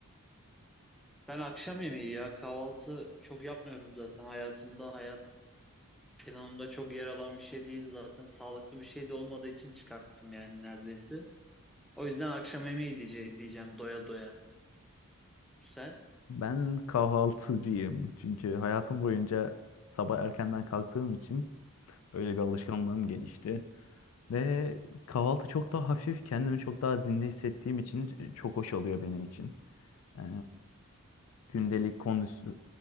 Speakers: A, in the centre; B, on the left (about 70°).
A: Ben akşam yemeği ya kahvaltı çok yapmıyorum zaten hayatımda hayat planımda çok yer alan bir şey değil zaten sağlıklı bir şey de olmadığı için çıkarttım yani neredeyse. O yüzden akşam yemeği diyece diyeceğim doya doya. Sen
B: Ben kahvaltıcıyım. Çünkü hayatım boyunca sabah erkenden kalktığım için öyle bir alışkanlığım gelişti. Ve kahvaltı çok daha hafif, kendimi çok daha zinde hissettiğim için çok hoş oluyor benim için. Ee, gündelik kondisyon,